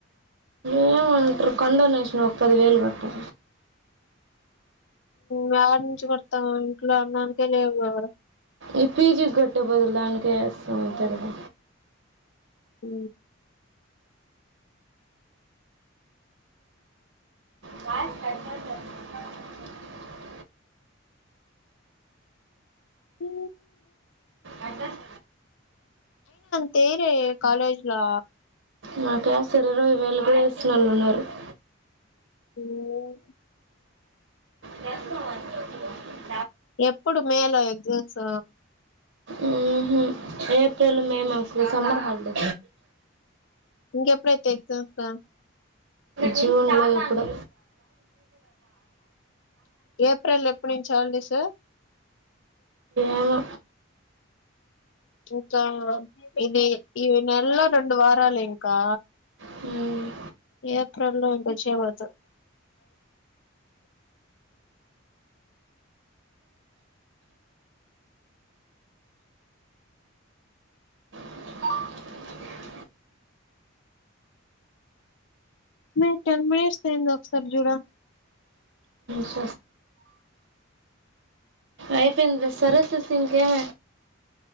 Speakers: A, on the right; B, on the left.
A: ఏమంటారు కండోనేషన్ ఒక పది వేలు కట్ట
B: వడి నుంచి కొడతాం ఇంట్లో అన్నానికే లేవు ఎవరు
A: ఈ ప్పీజి కట్టే బదలు దానికే వేస్తామం అంతే కదా
B: అ
A: కాయ స్పషల్ చె <inaudible> <unintelligible>
B: ఉ
A: అడ <inaudible>
B: చైరే కాలేజ్లా
A: మాకే శరీర వేలు కూడా వేస్తుినళ్ళు ఉన్నారు <inaudible>
B: <unintelligible> <inaudible>
A: వస మ <inaudible>
B: ఎప్పుడు మేల ఎగ్జామ్స్
A: ఉహు ఏప్రిల్ మే మాకు సమర్ హల్డే
B: ఇంక ఎప్పుడైతే ఎగ్జామ్స్
A: జూన్ ఓ ఎప్పుడు
B: ఏప్రిల్ ఎప్పుడు నుంచి హాలిడేస్
A: ఏమో
B: ఇంకా ఇది ఇ నెలలో రెండు వారాలు ఇంకా
A: హమ్
B: ఏప్రిల్ లో ఇంకొ చే పోతు
A: <inaudible>
B: మ చర్మష్ స అక్సర్ జుడా
A: స అయిపోంద సరస తంకమ